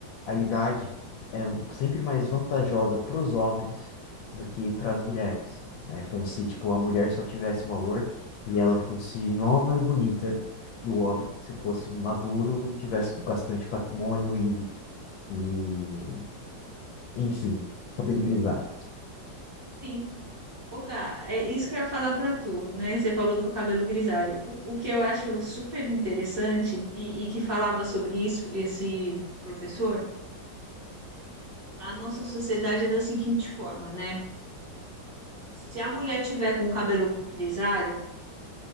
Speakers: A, on the left; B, on the right.
A: a idade é sempre mais vantajosa para os homens do que para as mulheres, né? Como se, tipo, a mulher só tivesse valor e ela fosse nova e bonita, e o homem se fosse maduro e tivesse bastante patrimônio e, e enfim, cabelo grisalho.
B: Sim. Ô, Gá, é isso que eu ia falar para tu, né? Você falou do cabelo grisalho. O, o que eu acho super interessante e, e que falava sobre isso esse professor, a nossa sociedade é da seguinte forma, né? Se a mulher tiver com o cabelo grisalho,